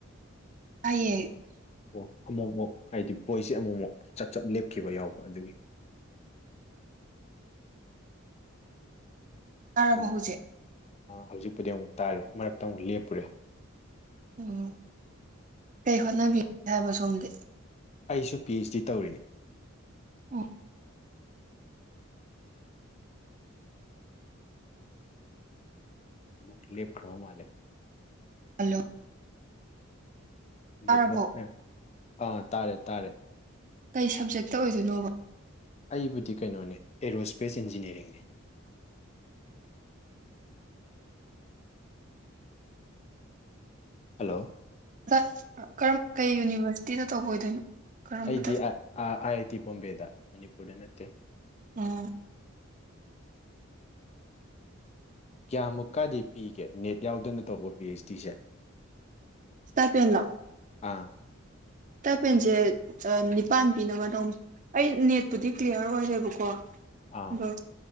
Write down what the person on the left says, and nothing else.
ꯑꯣ ꯑꯃꯨꯛ ꯃꯨꯛ ꯍꯥꯏꯗꯤ ꯕꯣꯏꯁꯦ ꯑꯃꯨꯛ ꯃꯨꯛ ꯆꯞ ꯆꯞ ꯂꯦꯞꯈꯤꯕ ꯌꯥꯎꯕ ꯑꯗꯨꯒꯤ
ꯑꯃꯨꯛ
ꯍꯧꯖꯤꯛꯄꯨꯗꯤ ꯑꯃꯨꯛ ꯇꯥꯔꯦ ꯃꯔꯛꯇ ꯑꯃꯨꯛ ꯂꯦꯞꯄꯨꯔꯦ꯫
ꯑꯩꯁꯨ ꯄꯤ ꯑꯩꯆ ꯗꯤ ꯇꯧꯔꯤꯅꯤ
ꯑꯃꯨꯛ ꯂ‌ꯦꯞ ꯈ꯭ꯔꯕ ꯃꯥꯜꯂꯦ
ꯅꯦꯠꯋꯛꯅ
ꯑꯥ ꯇꯥꯔꯦ ꯇꯥꯔꯦ
ꯑꯩꯕꯨꯗꯤ ꯀꯩꯅꯣꯅꯦ ꯑꯦꯔꯣꯁ꯭ꯄꯦꯁ ꯏꯟꯖꯤꯅꯤꯌꯥꯔꯤꯡꯅꯦ ꯍꯜꯂꯣ
ꯑꯩꯗꯤ ꯑꯥ ꯑꯥꯏ ꯑꯥꯏ ꯇꯤ ꯕꯣꯝꯕꯦꯗ ꯃꯅꯤꯄꯨꯔꯗ ꯅꯠꯇꯦ
ꯀꯌꯥꯃꯨꯛꯀꯗꯤ ꯄꯤꯒꯦ ꯅꯦꯠ ꯌꯥꯎꯗꯅ ꯇꯧꯕ ꯄꯤ ꯑꯩꯆ ꯗꯤꯁꯦ꯫
ꯑꯥ
ꯑꯥ